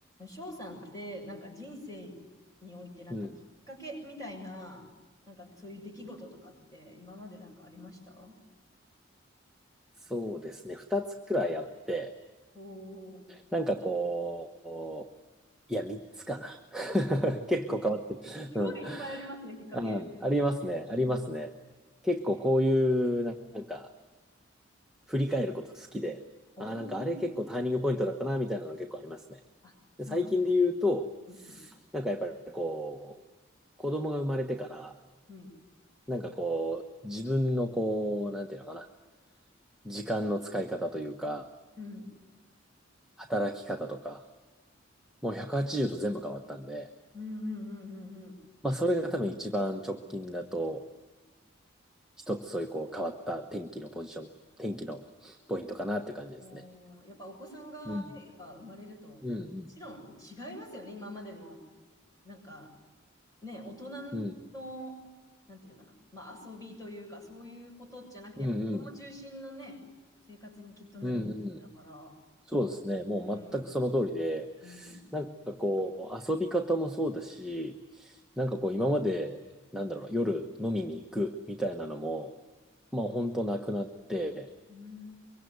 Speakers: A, on the left; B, in the centre.
A: 翔さんって、なんか人生において、なんかきっかけみたいな、
B: うん。
A: なんかそういう出来事とかって、今までなんかありました
B: そうですね。二つくらいあって、
A: おー、
B: なんかこう、いや、三つかな。<laughs> 結構変わってる。
A: すごいいっぱいありますね、
B: う
A: きっかけ。
B: ん。うんありますね。
A: うん
B: ありますね。結構こういう、なんか、振り返ること好きで、
A: お
B: ああなんかあれ結構ターニングポイントだったな、
A: ー、
B: みたいなの結構ありますね。
A: あ、そうなの。
B: で最近で言うと、
A: うん
B: なんかやっぱりこう、子供が生まれてから、
A: うん、
B: なんかこう、自分のこう、なんていうのかな、時間の使い方というか、
A: うん、
B: 働き方とか、もう180度全部変わったんで、
A: うん、うん、うん、うん、うん。
B: まあそれが多分一番直近だと、一つそういうこう変わった天気のポジション、天気のポイントかなっていう感じですね。
A: おー、やっぱお子さんがね、
B: うん。
A: やっぱ生まれると、
B: うん
A: もちろん違いますよね、今までの、なんか、ね、大人の、
B: うん。うん。
A: なんていうのかな、まあ遊びというか、そういうことじゃなくて、
B: うんうん。
A: やっぱ子供中心のね、生活にきっとなるわけだから、
B: うんうん。そうですね。もう全くその通りで、
A: うん、うん、
B: なんかこう、遊び方もそうだし、なんかこう、今まで、なんだろう、夜飲みに行くみたいなのも、まあ本当なくなって、
A: うん、